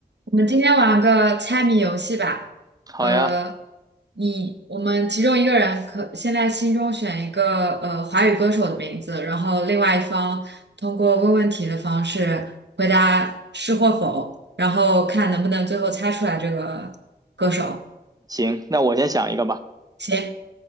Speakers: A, on the right; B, on the right.
A: 我们今天玩个猜谜游戏吧。
B: 好呀，
A: 呃，你我们其中一个人可现在心中选一个呃华语歌手的名字，然后另外一方通过问问题的方式回答是或否，然后看能不能最后猜出来这个歌手。
B: 行，那我先想一个吧。
A: 行，